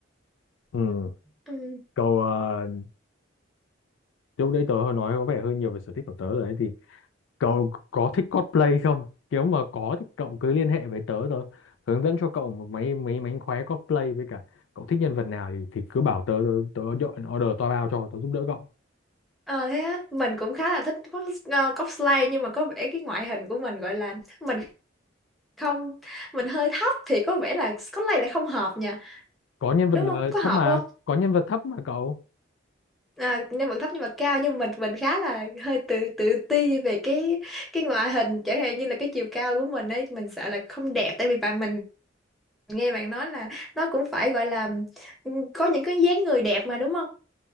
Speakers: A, on the left; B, in the centre.
A: ừ.
B: ừ.
A: cậu ờ, lúc đấy tớ hơi nói có vẻ hơi nhiều về sở thích của tớ rồi đấy thì Cậu có thích cosplay không? Nếu mà có thì cậu cứ liên hệ với tớ tớ hướng dẫn cho cậu một mấy mấy mánh khóe cosplay với cả cậu thích nhân vật nào thì thì cứ bảo tớ tớ, tớ dọn order toa bao cho tớ giúp đỡ cậu.
B: Ờ thế á, mình cũng khá là thích cos- ờ, cosplay nhưng mà có vẻ cái ngoại hình của mình gọi là mình không mình hơi thấp thì có vẻ là Scotland lại không hợp nha
A: Có nhân vật
B: đúng
A: là
B: không có hợp
A: thấp mà,
B: không
A: có nhân vật thấp mà cậu.
B: à, nhân vật thấp nhưng mà cao nhưng mình mình khá là hơi tự tự ti về cái cái ngoại hình chẳng hạn như là cái chiều cao của mình ấy mình sợ là không đẹp tại vì bạn mình nghe bạn nói là nó cũng phải gọi là ừ, có những cái dáng người đẹp mà đúng không